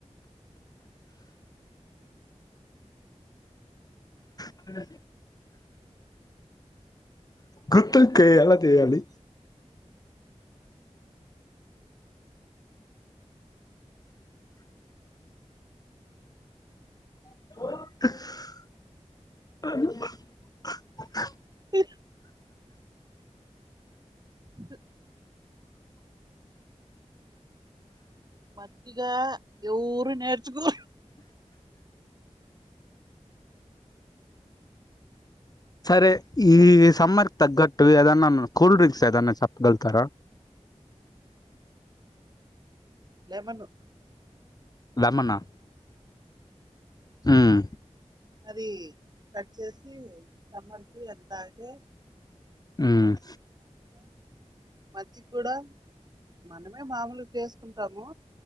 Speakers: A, on the left; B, on the right.
A: అ గుత్తొంకాయ్ ఎలా చేయాలి అ
B: ఇ త్ అత్తిగా ఎవరు నేర్చకో
A: సరే ఉమ్ సమ్మర్కి తగట్టు ఎదన్న కూల్డ్రింగ్స్ ఎదన్న చప్పగలుతార
B: లెమను
A: లెమనా ఉమ్
B: అది కట్ చేసి సమ్మర్ కి అది తాగితే
A: ఉమ్
B: మజ్జిగూడా మనమే మామూలుగా చేసుకుంటాము